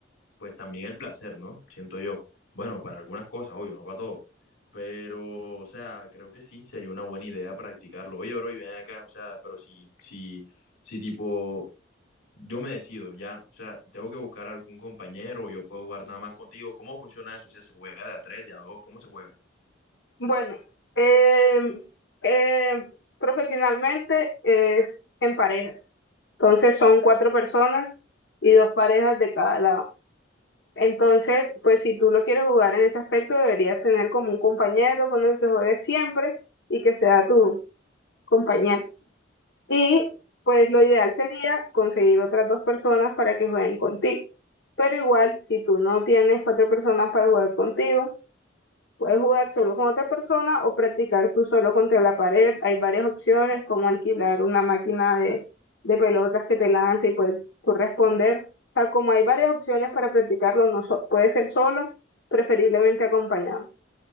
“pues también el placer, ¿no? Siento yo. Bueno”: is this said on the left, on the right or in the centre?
Left